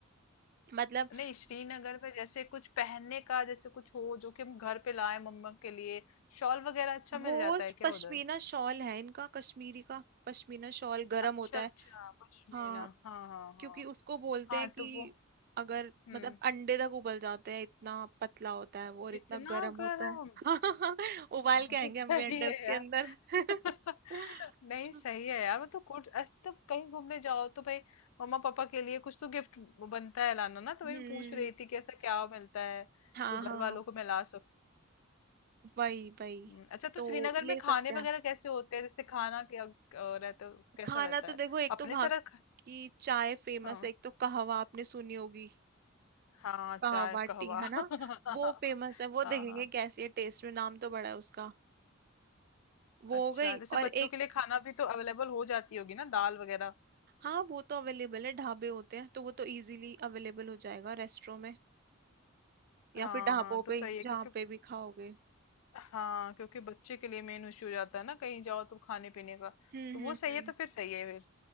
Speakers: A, on the right; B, on the left.
A: मतलब
B: नहीं श्रीनगर में जैसे कुछ पहनने का जैसे कुछ हो जो कि हम घर पे लाए मम्मा के लिए शॉल वगैरह अच्छा मिल
A: वो
B: जाता है क्या
A: पश्मीना
B: उधर
A: शॉल है इनका कश्मीरी का पश्मीना शॉल गर्म
B: अच्छा
A: होता
B: अच्छा
A: है
B: पश्मीना
A: हाँ
B: हाँ हाँ हाँ
A: क्योंकि उसको बोलते
B: हाँ
A: हैं कि
B: तो वो
A: अगर
B: हम्म
A: मतलब अंडे तक उबल जाते हैं इतना पतला होता है वो और इतना
B: इतना
A: गर्म
B: गर्म
A: होता है <laughs> उबाल
B: हाँ
A: के आएंगे
B: तो सही
A: हम भी अंडे उसके
B: है यार
A: अंदर <laughs>
B: <laughs> नहीं सही है यार मतलब कुछ अरे तो कहीं घूमने जाओ तो भाई मम्मा पापा के लिए कुछ तो गिफ्ट बनता है लाना ना तो
A: हम्म
B: मैं भी पूछ रही थी कि ऐसा क्या मिलता है
A: हाँ
B: जो घर
A: हाँ
B: वालों को मैं ला सकूं
A: वही वही
B: हम्म, अच्छा तो
A: तो
B: श्रीनगर में
A: ले
B: खाने
A: सकते
B: वगैरह
A: हैं
B: कैसे होते हैं जैसे खाना क्या अ, रहता कैसा
A: खाना
B: रहता
A: तो
B: है
A: देखो एक
B: अपने
A: तो वहाँ
B: तरह ख-
A: की चाय फेमस
B: हाँ
A: है एक तो कहवा आपने सुनी होगी
B: हाँ
A: कहवा
B: चाय
A: टी
B: कहवा
A: है
B: <laughs>
A: ना वो फेमस है वो
B: हाँ
A: देखेंगे
B: हाँ
A: कैसी है टेस्ट में नाम तो बड़ा है उसका वो
B: अच्छा
A: हो गई
B: जैसे
A: और
B: बच्चों
A: एक
B: के लिए खाना भी तो अवेलेबल हो जाती होगी ना दाल वगैरह
A: हाँ वो तो अवेलेबल है ढाबे होते हैं तो वो तो इजीली अवेलेबल हो जाएगा रेस्टोरों में या
B: हाँ
A: फिर ढाबों
B: हाँ तो
A: पे
B: सही है
A: जहाँ
B: क्योंकि
A: पे भी खाओगे
B: हाँ क्योंकि बच्चे के लिए मेन इश्यू हो जाता है ना कहीं जाओ तो खाने पीने का
A: हम्म
B: तो वो
A: हम्म
B: सही
A: हम्म
B: है तो फिर सही है फिर